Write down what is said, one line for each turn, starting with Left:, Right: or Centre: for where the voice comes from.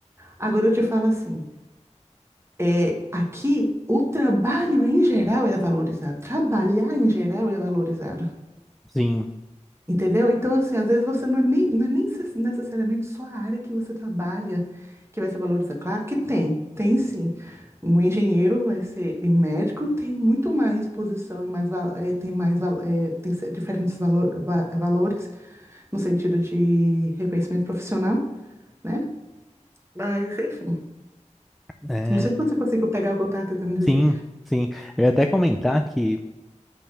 Right: Agora eu te falo assim, é, aqui o trabalho em geral é valorizado, trabalhar em geral é valorizado.
Centre: Sim,
Right: Entendeu? Então, assim, às vezes você não é nem, não é nem se- necessariamente só a área que você trabalha que vai ser valorizada. Claro que tem, tem sim. Um engenheiro vai ser, e um médico tem muito mais posição e mais, va- eh, tem mais, val- eh, tem se- diferentes valor- va- valores no sentido de reconhecimento profissional, né? Mas, enfim,
Centre: é,
Right: não sei se você conseguiu pegar o que eu estava tentando
Centre: sim,
Right: dizer.
Centre: sim. Eu ia até comentar que